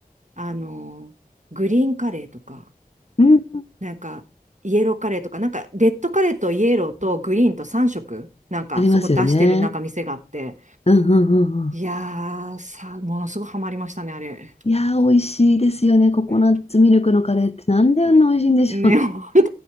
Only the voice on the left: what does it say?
うん。
ありますよね。
うんうんうんうん。
いやー、美味しいですよね。ココナッツミルクのカレーってなんであんな美味しいんでしょう。